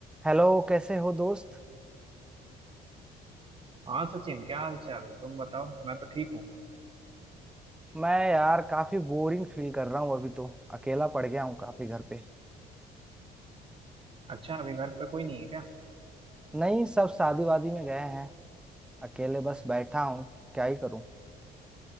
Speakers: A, in the centre; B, on the right.
A: Hello कैसे हो दोस्त
B: हाँ सचिन क्या हाल चाल तुम बताओ मैं तो ठीक हूँ
A: मैं यार काफी बोरिंग फील कर रहा हूँ अभी तो अकेला पड़ गया हूँ काफी घर पे
B: अच्छा अभी घर पे कोई नहीं है क्या
A: नहीं सब शादी वादी में गए हैं अकेले बस बैठा हूँ क्या ही करूँ